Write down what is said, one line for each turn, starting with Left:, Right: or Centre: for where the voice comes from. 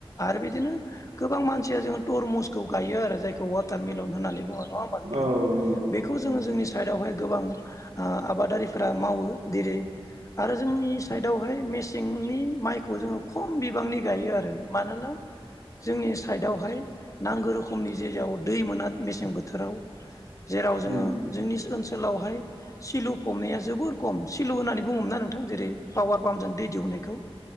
Left: आरो बिदिनो गोबां मानसिया जोङो तरमुसखौ गाय यो आरो जायखौ वाटार मिलन होननानै बुङो नङा होमबा नोंथां।
Right: औ नंगौ
Left: बिखौ जोङो
Right: औ
Left: जोंनि साइडआव वाहाय गोबां ओ आबादारिफोरा मावो जेरै आरो जोंनि साइडआवहाय मेसेंनि माइखौ जोङो खम बिबांनि गायो आरो मानोना जोंनि साइडआवहाय नांगौ रोखोमनि जेराव दै मोना मेसें बोथोराव जेराव जोङो
Right: उम
Left: जोंनि ओनसोल लावहाय सिलु फबनाया जोबोर खम सिलु होननानै बुङोमोन ना नोंथां जेरै पावार पाम्पजों दै दिउनायखौ